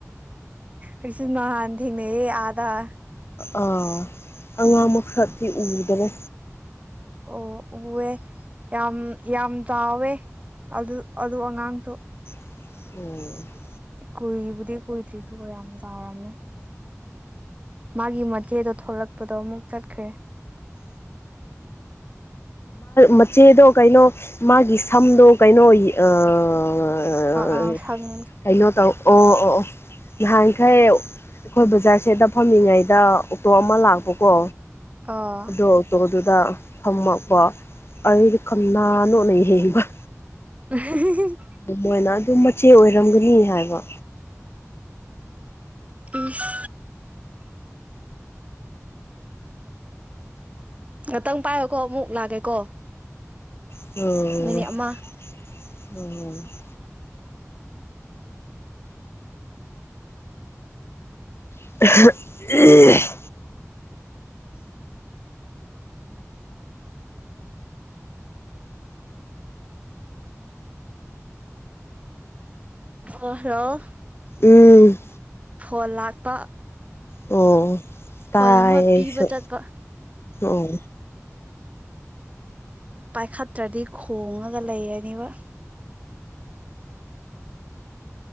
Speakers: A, on the right (about 25°); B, on the left (about 50°).
A: ꯑꯩꯁꯨ ꯅꯍꯥꯟ ꯊꯦꯡꯅꯩꯌꯦ ꯑꯗꯥꯥ
B: ꯥ ꯑꯥ ꯑꯉꯥꯡ ꯃꯈꯛꯇꯤ ꯎꯗꯔꯦ
A: ꯑꯣ ꯎꯑꯦ ꯌꯥꯝ ꯌꯥꯝ ꯆꯥꯎꯋꯦ ꯑꯗꯨ ꯑꯗꯨ ꯑꯉꯥꯡꯁꯨ
B: ꯑꯣ
A: ꯀꯨꯏꯕꯨꯗꯤ ꯀꯨꯏꯗ꯭ꯔꯤꯗꯨꯒ ꯌꯥꯝ ꯆꯥꯎꯔꯝꯃꯦ ꯃꯥꯒꯤ ꯃꯆꯦꯗꯣ ꯊꯣꯛꯂꯛꯄꯗꯣ ꯑꯃꯨꯛ ꯆꯠꯈ꯭ꯔꯦ
B: ꯃꯆꯦꯗꯣ ꯀꯩꯅꯣ ꯃꯥꯒꯤ ꯁꯝꯗꯣ ꯀꯩꯅꯣ ꯑꯥ
A: ꯑꯥ ꯁꯪ
B: ꯀꯩꯅꯣ ꯇꯧ ꯑꯣ ꯑꯣ ꯑꯣ ꯌꯥꯍꯟꯈꯩ ꯑꯩꯈꯣꯏ ꯕꯖꯥꯔ ꯁꯦꯗ ꯐꯝꯃꯤꯉꯩꯗ ꯑꯣꯛꯇꯣ ꯑꯃ ꯂꯥꯛꯄꯀꯣ
A: ꯑꫭ
B: ꯗꫭ ꯑꯣꯛꯇꯣꯗꯨꯗ ꯐꯝꯃꯛꯄ ꯑꯩꯗꯤ ꯀꯅꯥꯅꯣꯅ ꯌꯦꯡꯕ
A: ꯎ <unintelligible>
B: ꯃꫭꯏꯅ ꯑꯗꯨꯝ ꯃꯆꯦ ꯑꯣꯏꯔꯝꯒꯅꯤ ꯍꯥꯏꯕ
A: ꯏꯁ ꯉꯥꯛꯇꯪ ꯄꯥꯏꯌꯨꯀꯣ ꯃꯨꯛ ꯂꯥꯛꯀꯦꯀꯣ
B: ꯑꯣ
A: ꯃꯤꯅꯤꯠ ꯑꯃ
B: ꯑꯣ <unintelligible>
A: ꯍꯂꯣ
B: ꯎꯝ
A: ꯐꯣꯜ ꯂꯥꯛꯄ
B: ꯑꯣ ꯇꯥꯏ
A: ꯐꯣꯟ ꯑꯃ
B: ꯑꯩꯁꯨ
A: ꯄꯤꯕ ꯆꯠꯄ
B: ꯑꯣ
A: ꯄꯥꯏꯈꯠꯇ꯭ꯔꯗꯤ ꯈꯣꯡꯉꯒ ꯂꯩꯔꯅꯤꯕ